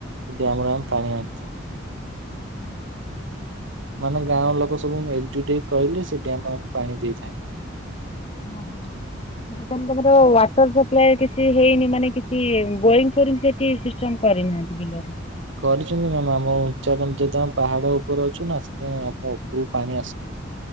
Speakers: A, on the right; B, on the left.
A: ସେଇ ଡ୍ୟାମ ରୁ ଆମେ ପାଣି ଆ
B: ଉଁ ହୁଁ।
A: ମାନେ ଗାଁ ଲୋକ ସବୁ ଏକଜୁଟ ହେଇ କହିଲେ ସେ ଡ୍ୟାମ ଆମକୁ ପାଣି ଦେଇଥାଏ।
B: ଓହୋ ସେଇଟା ତାହେଲେ ତମର ୱା ୱାଟର ସପ୍ଲାଏ କିଛି ହେଇନି ମାନେ କିଛି ବୋରିଙ୍ଗ ଫୋରିଙ୍ଗ ସେଠି ସିଷ୍ଟମ କରିନାହାନ୍ତି ବିଲରେ?
A: କରିଛନ୍ତି ମ୍ୟାମ ଆମ ଉଞ୍ଚା ଯେହେତୁ ଆମେ ପାହାଡ଼ ଉପରେ ଅଛୁ ନା ସେଥିପାଇଁ ଆମ ଉପରକୁ ପାଣି ଆସୁନି।